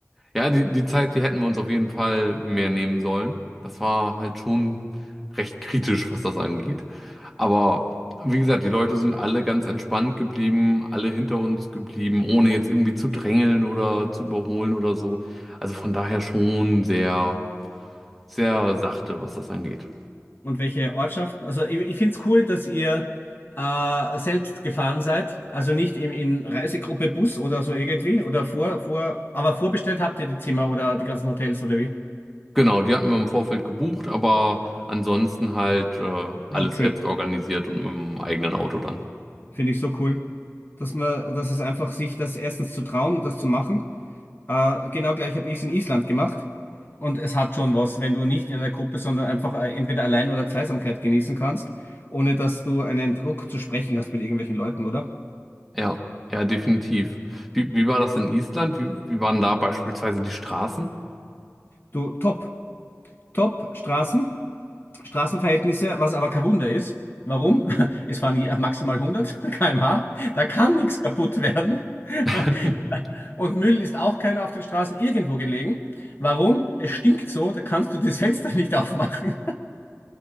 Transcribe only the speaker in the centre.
Ja, die, die Zeit, die hätten wir uns auf jeden Fall mehr nehmen sollen. Das war halt schon recht kritisch, was das angeht. Aber wie gesagt, die Leute sind alle ganz entspannt geblieben, alle hinter uns geblieben, ohne jetzt irgendwie zu drängeln oder zu überholen oder so. Also von daher schon sehr, sehr sachte, was das angeht.
Genau, die hatten wir im Vorfeld gebucht, aber ansonsten halt äh, alles
selbst organisiert und mit dem eigenen Auto dann.
Ja, ja, definitiv. Wie, wie war das in Island? Wie, wie waren da beispielsweise die Straßen?
<laughs>